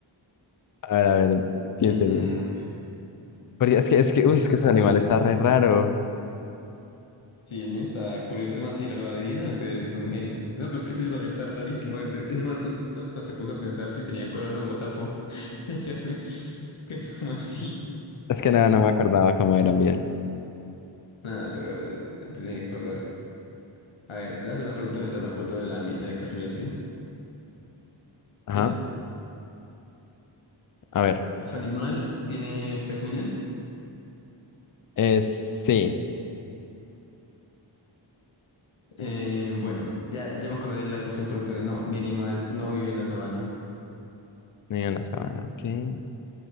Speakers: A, on the left (about 45°); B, on the left (about 85°).
A: A ver, a ver, piense,
B: Mm,
A: piense.
B: eh,
A: Porque es que, es que,
B: mientras
A: uy, es que
B: tanto,
A: su animal está re raro.
B: Sí, el mío está curioso. Es más, si lo adivina, usted es un genio. No, pero es que eso yo también está rarísimo. Es, es más, usted hasta hasta se puso a pensar si tenía cola o guatafo. <laughs> Ya me- que como así?
A: Es que nada, no me acordaba cómo eran bien.
B: Nada, pero eh, te tiene que acordar. A ver, le hace una pregunta mientras me acuerdo de la, mi- de la que usted me hizo, ¿sí?
A: Ajá,
B: Sí.
A: a ver.
B: ¿Su animal tiene pezuñas?
A: Eh, sí,
B: Eh, bueno, ya, ya me acordé de la que usted me preguntó de no, mi animal no vive en la sabana.
A: niño en la sabana, ok.